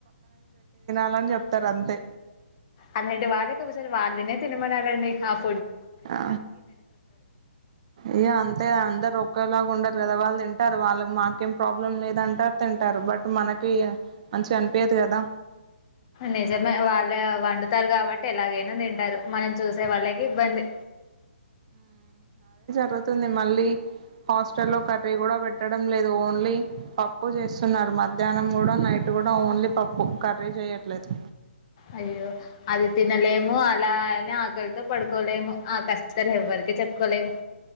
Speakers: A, on the right; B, on the left.
A: అలాని చెప్తరు అంతే.
B: అలాంటి వాళ్ళకి వాళ్ళనే తినమనాలండి అప్
A: ఆ ఇగా అంతే అందరు ఒకలా ఉండరు కదా వాళ్ళు తింటారు. వాళ్ళకి మాకేం ప్రాబ్లం లేదు అంటారు తింటారు. బట్ మనకి మంచిగా అనిపయదు కదా.
B: నిజమే వాళ్ళు వండుతారు కాబట్టి ఎలాగై నా తింటారు. మనం చూసే వాళ్ళకి ఇబ్బంది.
A: జరుతుంది మళ్ళీ హాస్టల్ లో కర్రీ కూడా పెట్టడం లేదు ఓన్లీ పప్పు చేస్తున్నారు మధ్యాహ్నం కూడా నైట్ కూడా ఓన్లీ పప్పు కర్రీ చేయట్లేదు
B: అయ్యో అది తినలేము అది ఎలా ఆకలితో పడుకోలేము ఆ కష్టాలు ఎవ్వరికి చెప్పుకోలేము